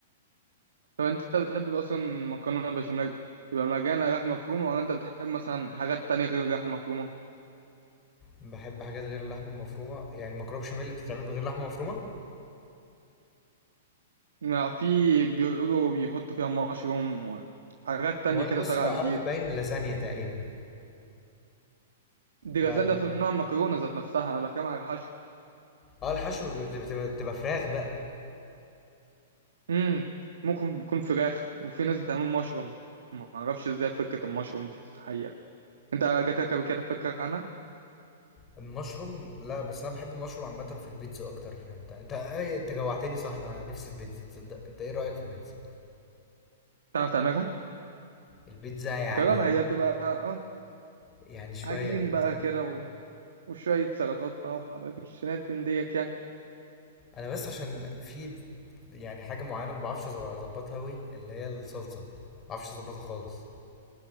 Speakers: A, on the right; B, on the left.
A: طب انت بتحب اصلا مكرونه بشاميل يبقى مجانا لحمه مفرومه ولا انت بتحب مثلا حاجات تانية غير اللحمه مفرومه
B: بحب حاجات غير اللحمة المفرومة يعني مكرونة بشاميل اللي بتتعمل بغير لحمة مفرومة
A: ما في بيقولوا بيحطوا فيها مشروم وحاجات تانية
B: او انا
A: كده
B: بص
A: طالعة
B: لا
A: جديد
B: اعرف باين لازانيا تقريبا
A: دي
B: بقى-
A: ده في نوع المكرونة ذات نفسها أنا بتكلم على الحشو
B: اه الحشو بت- بت- بتبقى فراخ بقى
A: امم ممكن يكون فراخ وفي ناس بتعمل مشروم ما أعرفش إزاي فكرة المشروم دي الحقيقة أنت جاتلك قبل كده فكرة عنها
B: المشروم لا بس انا بحب المشروم عامة في البيتزا اكتر انت انت ايه انت جوعتني صح انا نفسي في بيتزا تصدق انت ايه رأيك في البيتزا
A: تعرف تعملها
B: البيتزا يعني
A: جربها هي بتبقى أه
B: يعني شوية
A: عجين
B: انت
A: بقى كده و... وشوية سلطات بقى وحباك الشنات من ديت يعني
B: انا بس عشان في يعني حاجه معينه ما بعرفش أز- اظبطها قوي اللي هي الصلصه ما بعرفش اظبطها خالص